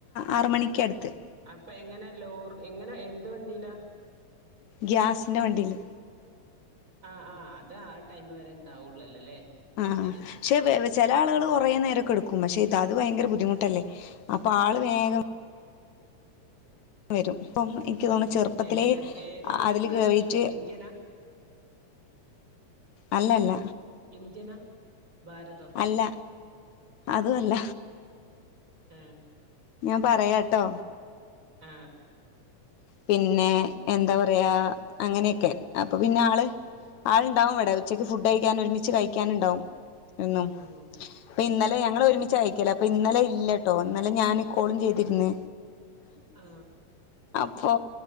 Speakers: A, on the left; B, on the right.
A: ആറ്മണിക്കടുത്ത്
B: അപ്പ എങ്ങനെ ലോർ എങ്ങനെ എന്ത് വണ്ടിയില
A: ഗ്യാസിന്റെ വണ്ടിയില്
B: ആ ആ അത് ആ ടൈമ് വരെ ഉണ്ടാവുള്ളുല്ലോ അല്ലേ അത്
A: ആ
B: ശരിയാ
A: ക്ഷെ ചില ആളുകൾ കുറെ നേരൊക്കെ എടുക്കും പക്ഷെ അത് ഭയങ്കര ബുദ്ധിമുട്ടല്ലേ അപ്പൊ ആള് വേഗം വരും അപ്പം
B: ആഹ്
A: എനിക്ക്
B: ആഹ്
A: തോന്നും ചെറുപ്പത്തിലെ
B: ഏതാ ഏത് ഗ്യാസാ
A: അതില് കേറിട്ട്
B: ഇന്ത്യനാ
A: അല്ല അല്ല
B: ഇന്ത്യനാ ഭാരതോ
A: അല്ല അതും അല്ല
B: ആ
A: ഞാൻ പറയാട്ടോ
B: ആ
A: പിന്നെ എന്താ പറയാ അങ്ങനെയൊക്കെ അപ്പൊ പിന്നെ ആള് ആളുണ്ടാവും ഇവടെ ഉച്ചക്ക് ഫുഡ് കഴിക്കാന് ഒരുമിച്ച് കഴിക്കാന് ണ്ടാവും എന്നും
B: ഉം
A: ഇപ്പൊ ഇന്നലെ ഞങ്ങള് ഒരുമിച്ചായിക്കാ ക്കേല അപ്പൊ ഇന്നലെ ഇല്ലട്ടോ ഇന്നലെ ഞാൻ ക്കോളും ചെയ്തിര്ന്ന്
B: ആ
A: പ്പൊ